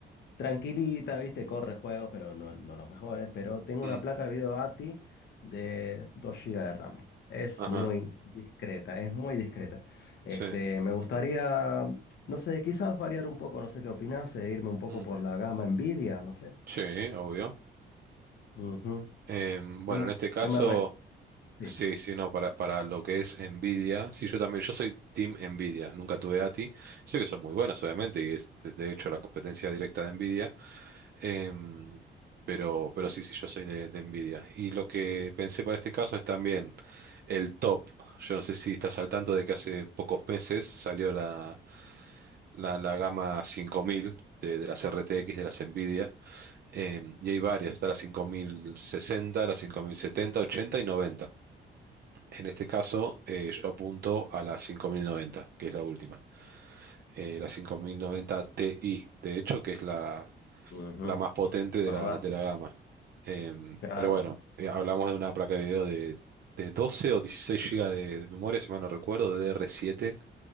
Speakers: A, on the left; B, on the right.
A: tranquilita, viste, corre juegos, pero no, no los mejores, pero tengo
B: Mm,
A: una placa de video ATI de 2 gigas de RAM. Es
B: ajá,
A: muy discreta, es muy discreta. Este,
B: sí.
A: me gustaría, no sé, quizás variar un poco, no sé qué opinás, e irme un poco
B: Mm,
A: por la gama Nvidia, no sé.
B: sí, obvio.
A: Ujú.
B: Em,
A: ¿Qué
B: bueno,
A: me,
B: en este caso,
A: qué me re- Sí.
B: sí, sí, no, para, para lo que es Nvidia, sí, yo también, yo soy Team Nvidia, nunca tuve ATI. Sé que son muy buenas, obviamente, y es de de hecho la competencia directa de Nvidia. Em, pero, pero sí, sí, yo soy de, de Nvidia. Y lo que pensé para este caso es también el top. Yo no sé si estás al tanto de que hace pocos meses salió la, la, la gama 5000 de, de las RTX de las Nvidia. Em, y hay varias, está la 5060, la 5070, 80 y 90. En este caso, eh, yo apunto a la 5090, que es la última. Eh, la 5090 Ti, de hecho, que es la
A: Ujú,
B: la más potente de
A: ¿Verdad?
B: la, de la gama. Em,
A: Claro.
B: pero bueno, eh, hablamos de una placa de video de, de 12 o 16 GB de, de memoria, si mal no recuerdo, de DDR7,